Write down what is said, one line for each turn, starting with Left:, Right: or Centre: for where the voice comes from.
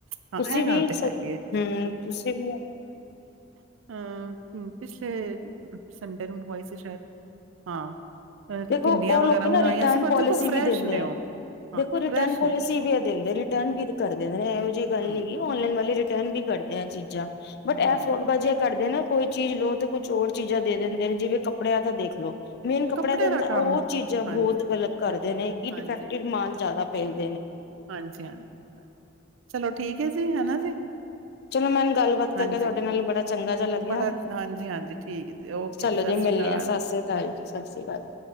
Right: ਹਾਂ,
Left: ਤੁਸੀ
Right: ਹਾਂ, ਇਹ
Left: ਵੀ
Right: ਗੱਲ ਤੇ ਹੈਗੀ ਏ।
Left: ਹਮ ਤੁਸੀ ਵੀ
Right: ਅਹ ਪਿਛਲੇ ਸੰਡੇ ਨੂੰ ਮੰਗਵਾਈ ਸੀ ਸ਼ਾਇਦ ਹਾਂ। ਅ
Left: ਦੇਖੋ
Right: ਭਿੰਡੀਆਂ
Left: ਉਹ
Right: ਵਗੈਰਾ
Left: ਲੋਕੀ ਨਾ
Right: ਮੰਗਾਈਆਂ
Left: ਰਿਟਰਨ
Right: ਸੀ ਪਰ
Left: ਪੋਲ
Right: ਦੇਖੋ ਫਰੈਸ਼
Left: ਵੀ ਦਿੰਦੇ
Right: ਨੇ
Left: ਹੈ,
Right: ਉਹ ਹਾਂ
Left: ਦੇਖੋ ਰਿਟਰਨ
Right: ਫਰੈਸ਼
Left: ਪੋਲਿਸੀ
Right: ਨੇ
Left: ਵੀ ਏਹ ਦਿੰਦੇ ਨੇ ਰਿਟਰਨ ਭੀ ਕਰਦੇ ਨੇ ਐਹੋ ਜੀ ਗੱਲ
Right: ਹੂੰ।
Left: ਨਹੀਂ ਹੈਗੀ ਔਨਲਾੲਨ ਵਾਲੇ <unintelligible> ਵੀ ਕਰਦੇ ਆ ਚੀਜ਼ਾਂ ਬਟ
Right: ਹੂੰ,
Left: ਇਹ ਫਰੋਡ ਬਾਜ਼ੀਆਂ ਕਰਦੇ ਨਾ ਕੋਈ ਚੀਜ਼ ਲੋ ਤੇ ਕੁਛ ਹੋਰ ਚੀਜ਼ਾਂ ਦੇ ਦਿੰਦੇ ਨੇ ਜਿਵੇਂ ਕੱਪੜਿਆਂ ਦਾ ਦੇਖਲੋ। ਮੇਨ ਕੱਪੜਾ
Right: ਕੱਪੜੇ
Left: ਦੇ ਅੰਦਰ
Right: ਦਾ ਕੰਮ
Left: ਉਹ ਚੀਜ਼ਾਂ ਬਹੁਤ
Right: ਹਾਂਜੀ,
Left: ਗਲਤ ਕਰਦੇ ਨੇ ਕਿ
Right: ਹਾਂਜੀ,
Left: ਡਿਫੈਕਟਿਡ
Right: ਹਾਂ
Left: ਮਾਲ ਜਾਂਦਾ ਪੇ <unintelligible>
Right: ਹਾਂਜੀ ਹਾਂਜੀ, ਚਲੋ ਠੀਕ ਹੈ ਜੀ ਹਨਾ ਜੀ
Left: ਚਲੋ ਮੈਨ ਗੱਲਬਾਤ
Right: ਹਾਂਜੀ
Left: ਕਰਕੇ ਤੁਹਾਡੇ ਨਾਲ ਬੜਾ ਚੰਗਾ ਜਿਹਾ ਲੱਗਿਆ,
Right: ਬੜਾ ਹਾਂਜੀ, ਹਾਂਜੀ ਠੀਕ ਹੈ ਜੀ ਓਕੇ
Left: ਚਲੋ
Right: ਸਤਿ
Left: ਜੀ
Right: ਸ਼੍ਰੀ
Left: ਮਿਲਣੇ
Right: ਅਕਾਲ।
Left: ਆ ਸਤ ਸ੍ਰੀ ਅਕਾਲ ਜੀ ਸਤਿ ਸ੍ਰੀ ਅਕਾਲ ਜੀ।